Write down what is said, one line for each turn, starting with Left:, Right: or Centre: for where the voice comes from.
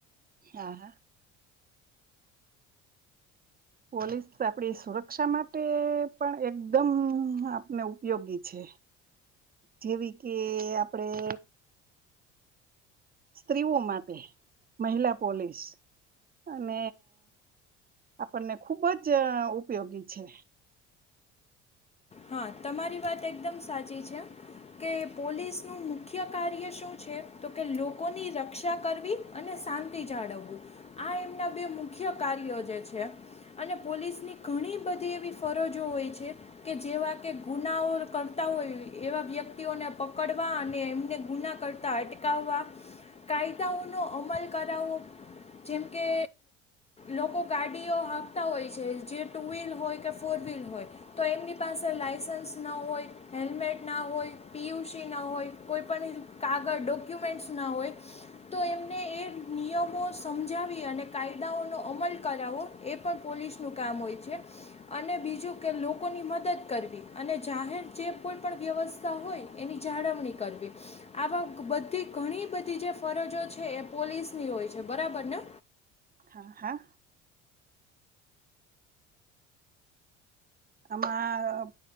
Right: હા, હા. પોલીસ આપડી સુરક્ષા માટે પણ એકદમ આપને ઉપયોગી છે. જેવી કે, આપડે સ્ત્રીઓ માટે મહિલા પોલીસ અને આપણને ખૂબ જ ઉપયોગી છે.
Left: હા, તમારી વાત એકદમ સાચી છે કે પોલીસનું મુખ્ય કાર્ય શું છે? તો કે, લોકોની રક્ષા કરવી અને શાંતિ જાળવવું. આ એમના બે મુખ્ય કાર્યો જે છે, અને પોલીસની ઘણી બધી એવી ફરજો હોય છે. કે, જેવા કે ગુનાઓ કરતા હોય એવા વ્યક્તિઓને પકડવા અને એમને ગુના કરતાં અટકાવવા કાયદાઓનો અમલ કરાવો. જેમ કે, લોકો ગાડીઓ હાંકતા હોય છે, જે ટુ- વ્હીલ હોય કે ફોર વ્હીલ હોય, તો એમની પાસે લાયસન્સ ના હોય, હેલ્મેટ ના હોય, પીયુસી ના હોય, કોઈપણ કાગળ-ડોક્યુમેન્ટ્સ ના હોય, તો એમને એ નિયમો સમજાવી અને કાયદાઓનો અમલ કરાવવો એ પણ પોલીસનું કામ હોય છે. અને બીજું કે લોકોની મ દદ કરવી અને જાહેર જે કોઈ પણ વ્યવસ્થા હોય એની જાળવણી કરવી આવા બધી ઘણી બધી જે ફરજો છે, એ પોલીસની હોય છે. બરાબર ને?
Right: હા, હા. આમાં